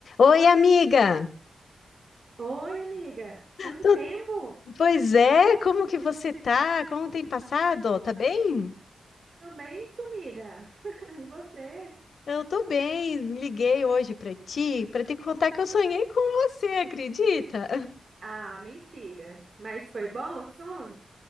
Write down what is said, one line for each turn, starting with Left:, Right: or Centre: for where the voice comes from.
Left: Oi, amiga!
Right: Oi, amiga. Quanto
Left: Tô-
Right: tempo?
Left: Pois é, como que você tá? Como tem passado? Tá bem?
Right: Tô bem sumida. <laughs> E você?
Left: Eu tô bem. Liguei hoje pra ti pra te contar que eu sonhei com você, acredita?
Right: Ah, mentira. Mas foi bom o sonho?